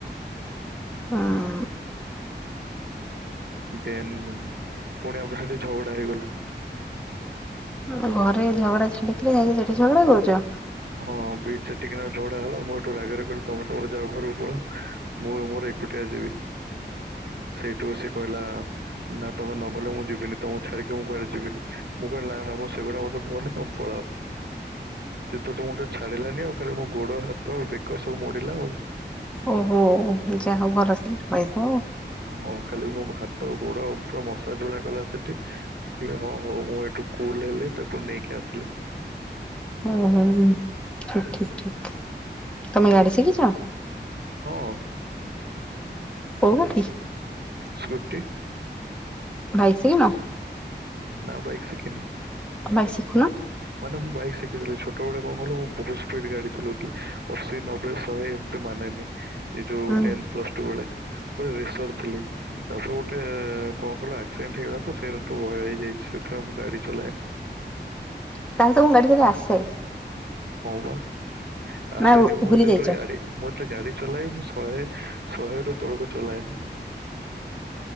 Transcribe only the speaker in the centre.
ହଁ।
ତମ ଘରେ ଝଗଡା ଛାଡିକିରି ଯାଇକି ସେଠି ଝଗଡା କରୁଛ?
ଓହୋ ହ ଯାହା ଭାରସି ପାଇବ।
ଓହୋ ଠିକ ଠିକ ଠିକ ତମେ ଗାଡି ଶିଖିଛ?
କୋଉଠି?
ବାଇକ ଶିଖିନ?
ବାଇକ୍ ଶିଖୁନ।
ହୁଁ
ତା ହେଲେ ତ ମୁଁ ମେଡିକାଲରୁ ଆସେ।
ନା
ଭୁଲି
ଯାଇଛ?